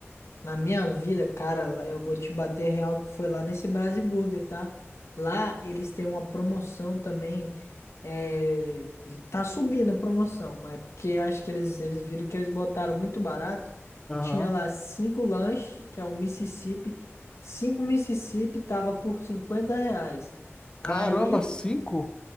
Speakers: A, on the left; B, on the left.
A: Na minha vida, cara, eu vou te bater real que foi lá nesse Brasiburger, tá? Lá eles têm uma promoção também. É... Tá subindo a promoção, mas é porque acho que eles, eles viram que eles botaram muito barato.
B: Aham.
A: Tinha lá cinco lanches, que é o Mississippi. Cinco Mississippi tava por 50 reais. Aí
B: Caramba, cinco?